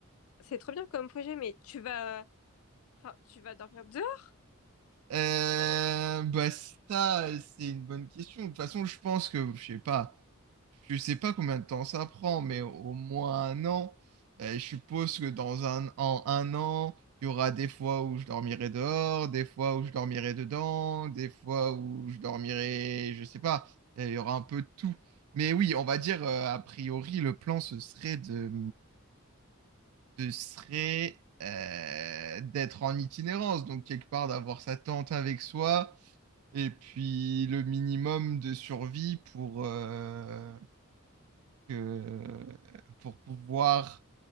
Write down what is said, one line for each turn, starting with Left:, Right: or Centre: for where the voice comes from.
Left: c'est trop bien comme projet, mais tu vas, enfin, tu vas dormir dehors,
Right: Euh, bah ça, c'est une bonne question. De toute façon, je pense que, je sais pas. Je sais pas combien de temps ça prend, mais au moins un an. Euh, je suppose que dans un, en un an, il y aura des fois où je dormirai dehors, des fois où je dormirai dedans, des fois où je dormirai, je sais pas. Euh, Il y aura un peu de tout. Mais oui, on va dire, euh, a priori, le plan, ce serait de, ce serait, euh, d'être en itinérance, donc quelque part d'avoir sa tente avec soi, et puis le minimum de survie pour, euh, que euh, pour pouvoir